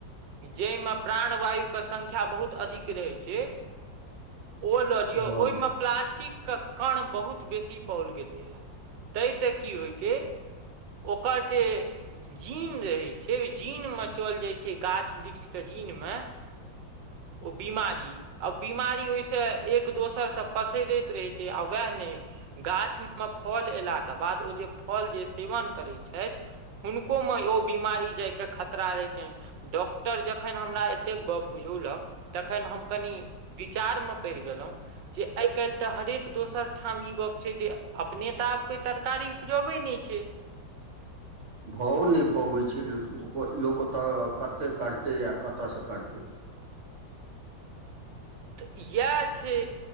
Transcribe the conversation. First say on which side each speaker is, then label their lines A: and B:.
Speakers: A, on the right (about 75°); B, on the right (about 45°).
A: जाहिमे प्राणवायुके सङ्ख्या बहुत अधिक रहै छै ओ लऽ लियौ
B: हुँ
A: ओहिमे प्लास्टिक के कण बहुत बेसी पाओल गेलैए ताहिसँ की होइत छै ओकर जे जीन रहैत छै ओ जीन म चल जाइत छै गाछ वृक्ष के जिन मे ओ बीमारी आ बीमारी ओहिसँ एक दोसरसँ पसरैत रहैत छै आ वएह नहि गाछ मे फल एयलाके बाद ओ जे फल जे सेवन करै छथि हुनको मे ओ बीमारी जाय के खतरा रहै छै डॉक्टर जखन हमरा एते गप बुझौलक तखन हम कनि विचार मे पड़ि गेलों जे आइ काल्हि तऽ हरेक दोसर ठाम ई गप छै जे अपनेता आब कोइ तरकारी उपजबै नहि छै
B: <inaudible> भओ नहि पबै छै लोक लोक ओतय कतेक करतै आ कतयसँ करतै <inaudible>
A: तऽ इएह छै